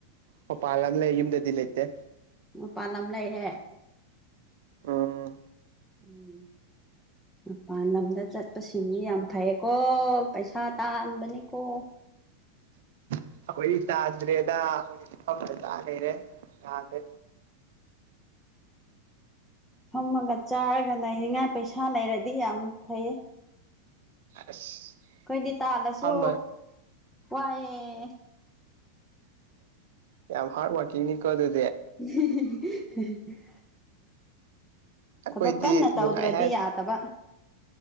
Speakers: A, on the right; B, in the centre.
A: ꯄꯄ ꯂꯝꯂꯝ ꯂꯩ ꯌꯨꯝꯗꯗꯤ ꯂꯩꯇꯦ
B: ꯎ ꯄꯥꯟ ꯂꯝꯝ ꯂꯩꯌꯦꯦ
A: ꯎꯝ
B: ꯎꯝ ꯃꯄꯥꯟ ꯂꯝꯗ ꯆꯠꯄꯁꯤꯡꯅꯤ ꯌꯥꯝ ꯐꯩꯌꯦꯀꯣ ꯄꯩꯁꯥ ꯇꯥꯟꯕꯅꯤꯀꯣ
A: ꯑꯩꯈꯣꯏ ꯆꯥꯗ꯭ꯔꯦꯗ ꯑꯩꯈꯣꯏ ꯐꯃ ꯇꯥ ꯂꯩꯦꯔꯦ ꯌꯥꯗꯦ
B: ꯐꯝꯃꯒ ꯆꯥꯔꯒ ꯂꯩꯅꯤꯡꯉꯥꯏ ꯄꯩꯁꯥ ꯂꯩꯔꯗꯤ ꯌꯥꯝ ꯐꯩꯌꯦ
A: ꯑꯁ
B: ꯑꯩꯈꯣꯏꯗꯤ ꯇꯥꯜꯂꯁꯨ
A: ꯐꯝꯃ
B: ꯋꯥꯏꯑꯦ
A: ꯌꯥꯝ ꯍ ꯍꯥꯔ ꯋꯥꯀꯤꯡꯅꯤ ꯀꯗ
B: <unintelligible>
A: ꯑꯩꯈꯣꯏꯗꯤ
B: ꯊꯕꯛ ꯀꯟꯅ ꯇꯧꯗ꯭ꯔꯗꯤ
A: ꯅꯨꯡꯉꯥꯏ
B: ꯌꯥꯗꯕ